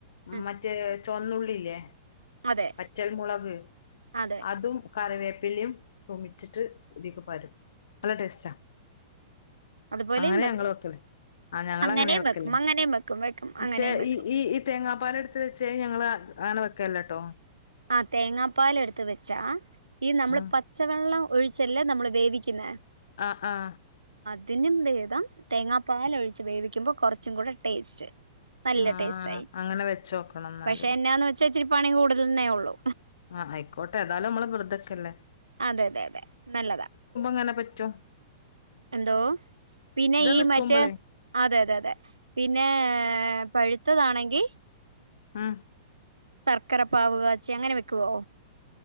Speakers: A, on the right; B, on the left.
A: ഉം
B: മറ്റേ ചൊന്നുള്ളില്ലേ
A: അതെ
B: വറ്റൽ മളക്
A: അതെ
B: അതും കരവേപ് പിലെം തൂമ്പിച്ചിട്ട് ഇതിക്ക് പാരും നല്ല ടേസ്റ്റ
A: അതുപോലെയും
B: അങ്ങനെ
A: വെക്കും
B: ഞങ്ങള് വെക്കലേ ആ ഞങ്ങള
A: അങ്ങനെയും
B: അങ്ങനെ വെക്കല്ലേ
A: വെക്കും അങ്ങനെയും വെക്കും വെക്കും
B: പക്ഷേ
A: അങ്ങനെയും വെക്കും
B: ഈ ഈ ഇത ങ്ങാ പാല് എടുത്ത് വെച്ചേ ഞങ്ങള് അങ്ങനെ വെക്കല്ലെട്ടോ
A: ആ തേങ്ങാപ്പാല് എടുത്ത് വെച്ചാ ആ ഈ നമ്മള്
B: ആഹ്
A: പച്ചവെള്ളം ഒഴിച്ചല്ലേ നമ്മൾ വേവിക്കുന്ന
B: ആ ആ
A: ഇതിനും വേദം തേങ്ങാപ്പാല് ഒഴിച്ച് വേവിക്കുമ്പോ കുറച്ചും കൂടെ ടേസ്റ്റ് നല്ല
B: ആഹ്
A: ടേസ്റ്റ് ആയി
B: അങ്ങനെ വെച്ചോക്കണം ന്നാല്
A: പക്ഷെ എന്നാ വെച്ചാ ഇച്ചിരി പണി കൂടുതലന്നേ ഉള്ളു
B: ആഹ് ആയിക്കോട്ടെ ഏതായാലും നമ്മള് വെറതെക്കെല്ലേ
A: അതെതെ അതെ നല്ലതാ
B: അങ്ങനെ പറ്റോ
A: എന്തോ പിന്നെ ഈ
B: നിക്കുമ്പളേ
A: മറ്റേ അതെ അതെ അതെ പിന്നെ പഴുത്തതാണെങ്കിൽ
B: ആ
A: ശർക്കര പാവ് കാച്ചി അങ്ങനെ വെക്കുവോ